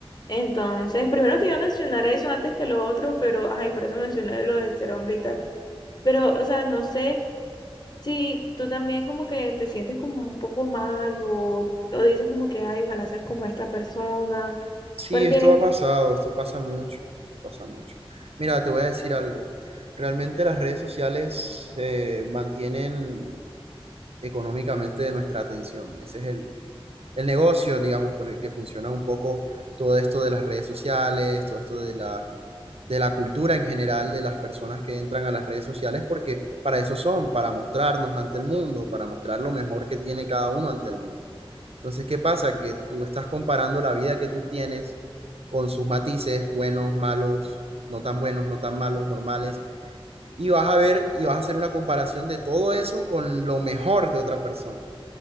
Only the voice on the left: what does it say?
Entonces, primero te iba a mencionar eso antes que lo otro, pero, ay, por eso mencioné lo de ser hombre y tal. Pero, o sea, no sé si tú también como que te sientes como un poco mal o, o dices como que, ay, ojalá ser como esta persona.
Porque